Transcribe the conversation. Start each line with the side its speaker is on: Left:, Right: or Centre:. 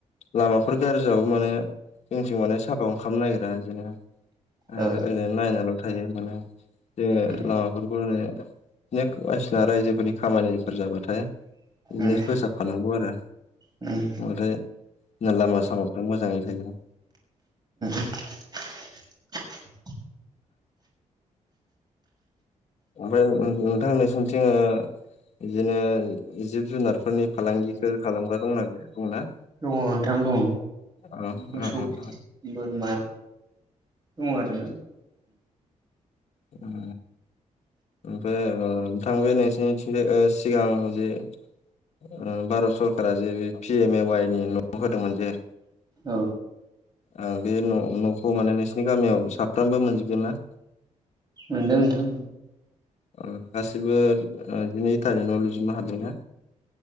Left: लामाफोर गाज्रिजाबाबो माने जोंनिथिं माने साफाखौनो खालामनो नागिरा बिदिनो ओ
Right: औ
Left: ओ नायनाल' थायो माने जोङो
Right: उम
Left: लामाफोरखौनो बायसिना रायजोफोरनि खामानिफोर जाबाथाय बिदिनो
Right: उम
Left: फोसाब खानांगौ आरो
Right: उम
Left: नाथाय लामा सामाफ्रा मोजाङै थायो
Right: <inaudible>
Left: ओमफ्राय नोंथां नोंथां नोंसोरनिथिं ओ बिदिनो जिब जुनारफोरनि फालांगिफोर खालामग्रा दंना गैया दंना
Right: दङ नोंथां दङ
Left: ओ
Right: मोसौ
Left: ओ ओ
Right: बोरमा दङ आरो
Left: उम ओफ्राय ओ नोंथां बे नोंसिनिथिं सिगां जे ओ भारत सरकारा जे बे पि एम ए वाइ नि न' होदोंमोन जे
Right: औ
Left: आं बे' न'खौ माने नोंसिनि गामियाव साफ्रोमबो मोनजोबगोन ना
Right: मोनदों नोंथां
Left: ओ गासिबो ओ जिनै थारिखाव न लुजोबनो हादोंना